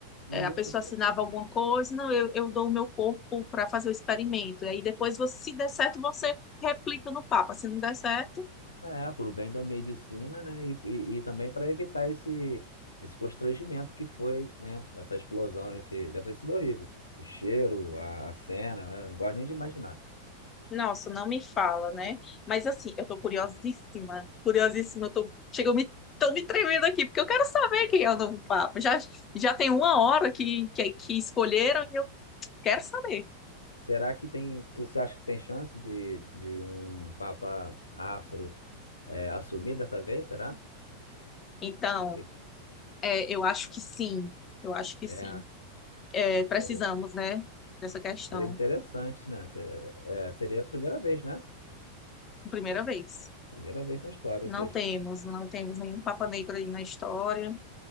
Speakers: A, on the left (about 80°); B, on the left (about 25°).
A: isso,
B: é, a pessoa
A: pô.
B: assinava alguma coisa, não, eu, eu dou o meu corpo para fazer o experimento. E aí depois, você, se der certo, você replica no Papa. Se não der certo,
A: É, pro bem da medicina, né? E, e, e também para evitar esse, esse constrangimento que foi, né? Essa explosão, esse... deve ter sido horrível. O cheiro, a, a cena, né? Não gosto nem de imaginar.
B: nossa, não me fala, né? Mas assim, eu tô curiosíssima, curiosíssima, eu tô, chega, eu me, tô me tremendo aqui, porque eu quero saber quem é o novo Papa. Já, já tem uma hora que, que, que escolheram quero saber.
A: Será que tem. Tu, você acha que tem chance de, de um papa afro? é, assumir dessa vez, será?
B: Então,
A: É,
B: é, eu acho que sim, eu acho que
A: é,
B: sim. É, precisamos,
A: seria,
B: né, dessa questão,
A: seria interessante, né? Seria, é, seria a primeira vez, né?
B: primeira vez.
A: Primeira vez na história,
B: Não
A: ou seja,
B: temos, não temos nenhum Papa Negro aí na história,